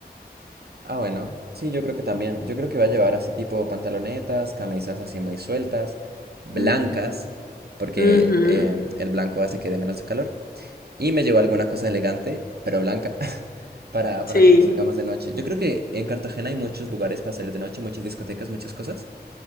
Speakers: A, on the right; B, on the left.
A: Ah, bueno, sí, yo creo que también. Yo creo que va a llevar así tipo pantalonetas, camisas así muy sueltas, blancas,
B: Ujú.
A: porque
B: Ujú.
A: em, el blanco hace que dé menos calor. Y me llevó alguna cosa elegante, pero blanca, <laughs> para,
B: Sí.
A: para cuando salgamos de noche. Yo creo que en Cartagena hay muchos lugares para salir de noche, muchas discotecas, muchas cosas.